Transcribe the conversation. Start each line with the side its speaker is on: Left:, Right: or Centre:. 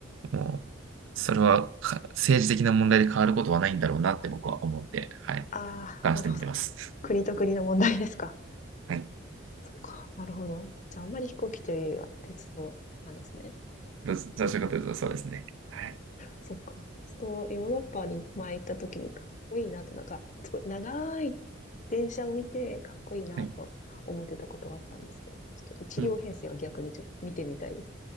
Right: もう、それはか政治的な問題で変わることはないんだろうなって僕は思って、
Left: そう。
Right: はい。
Left: ああ、
Right: 俯瞰してみてます。
Left: なるほど。国と国の問題ですか。
Right: はい。
Left: そっか。なるほど。じゃあ、あんまり飛行機というよりは鉄道なんですね。
Right: どうぞ、どうしようかというと、
Left: そっか。
Right: そうですね。はい。
Left: そっか。そう、ヨーロッパに前行った時にかっこいいなと、なんか、すごい長い電車を見てかっこいいなと思ってたことがあったんですけど、
Right: はい。
Left: ちょっと一両編成は逆にちょっと見てみたいです。
Right: うん。